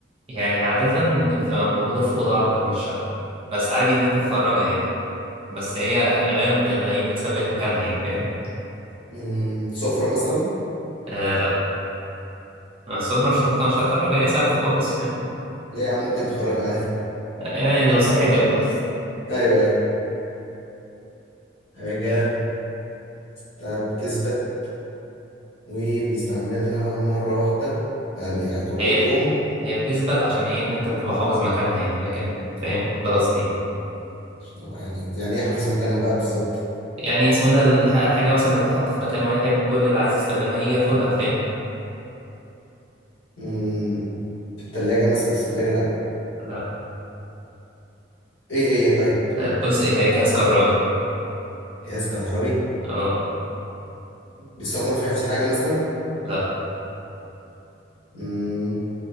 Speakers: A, on the right (about 30°); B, on the left (about 85°).
A: يعني عادة بتبقى موجودة في أوضة واحدة من الشقة بس عادي إن أنت تخرجها يعني بس هي غالبا بتبقى إيه مثبت مكانها يعني فاهم
B: مم، سفرة مثلا
A: آه لا السفرة مش هتخ- مش هتخرجها هي ثابتة خالص يعني
B: ليه يا عم ممكن تخرجها عادي
A: يعني ده لو صحتك بقى
B: ايوه ايوه حاجة طب تثبت وبنستعملها مرة واحدة يعني يعني كل
A: هي
B: يوم
A: هي بتثبت عشان ايه ان انت تبقى حافظ مكانها يعني لكن فاهم ده قصدي يعني
B: عشان أبقى يعني يعني ايه حافظ مكانها بقى بالظبط
A: يعني اسمه ده الح- الحاجه مثلا بتتحط في مكان واحد كل اللي عايز يستخدمها هي ياخدها فاهم
B: مم، في التلاجة مثلا بس التلاجة لأ
A: لا
B: ايه هي طيب
A: طيب بص هي جهاز كهربي
B: جهاز كهربي
A: اه
B: بيستخدم في حفظ حاجة مثلا
A: لا
B: مم،